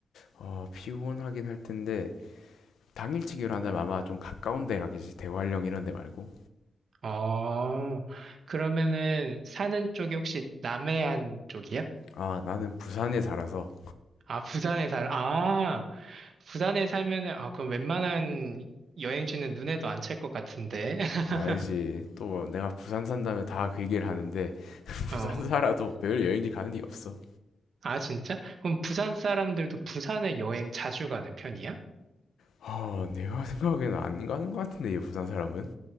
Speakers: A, on the left; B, on the right.
A: 어, 피곤하긴 할 텐데 당일치기로 한다면 아마 좀 가까운 데 가겠지. 대관령 이런 데 말고.
B: 어, 그러면은 사는 쪽이 혹시 남해안 쪽이야?
A: 아, 나는 부산에 살아서
B: 아, 부산에 살, 아, 부산에 살면은, 아, 그럼 웬만한 여행지는 눈에도 안 찰 것 같은데. <laughs>
A: 알지. 또 내가 부산 산다면 다 그 얘기를 하는데 <laughs>
B: 어.
A: 부산 살아도 매일 여행지 가는 게 없어.
B: 아, 진짜? 그럼 부산 사람들도 부산에 여행 자주 가는 편이야?
A: 아, 내가 생각에는 안 가는 것 같은데 이 부산 사람은